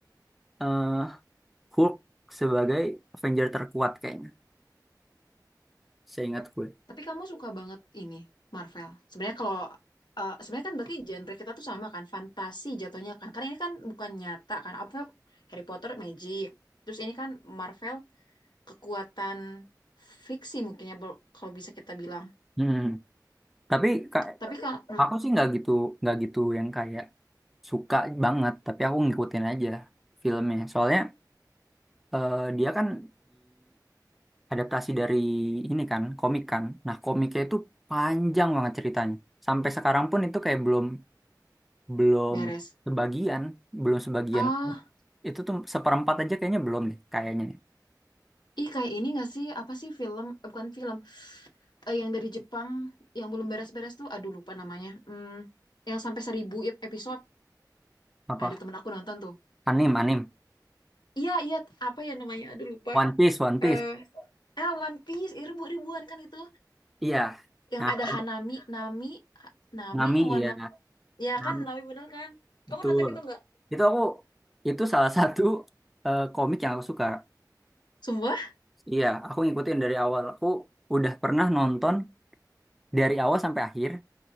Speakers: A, in the centre; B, on the left.
A: eh, Hulk sebagai Avenger terkuat kayaknya. Seingat gue.
B: Tapi kamu suka banget ini Marvel. Sebenarnya kalau eh, sebenarnya kan berarti genre kita tuh sama kan, fantasi jatuhnya kan. Karena ini kan bukan nyata kan. Apa ya, Harry Potter magic. Terus ini kan Marvel kekuatan fiksi mungkin ya bel- kalau bisa kita bilang.
A: Hmm. Tapi Kak,
B: Tapi kalau
A: aku sih nggak gitu nggak gitu yang kayak suka banget. Tapi aku ngikutin aja filmnya. Soalnya eh, dia kan adaptasi dari ini kan komik kan nah komiknya itu panjang banget ceritanya sampai sekarang pun itu kayak belum belum
B: beres.
A: sebagian belum sebagian
B: Ah,
A: itu tuh seperempat aja kayaknya belum deh kayaknya
B: ih kayak ini gak sih? Apa sih film? eh, bukan film. Eh, yang dari Jepang yang belum beres-beres tuh. Aduh lupa namanya. Hmm, yang sampai seribu ep- episode.
A: apa
B: Ada temen aku nonton tuh.
A: anim anim
B: Iya, iya. Apa ya namanya? Aduh lupa.
A: One Piece One Piece
B: Eh, Ah, One Piece, eh, ribu ribuan kan itu.
A: iya
B: Yang
A: nah
B: ada
A: kalau
B: Hanami, Nami, Ha- Nami
A: Nami
B: yang warna,
A: iya
B: ya
A: Nam
B: kan Nami bener kan? Kamu
A: betul
B: nonton itu nggak?
A: itu aku itu salah satu eh, komik yang aku suka
B: Sumpah,
A: iya aku ngikutin dari awal aku udah pernah nonton dari awal sampai akhir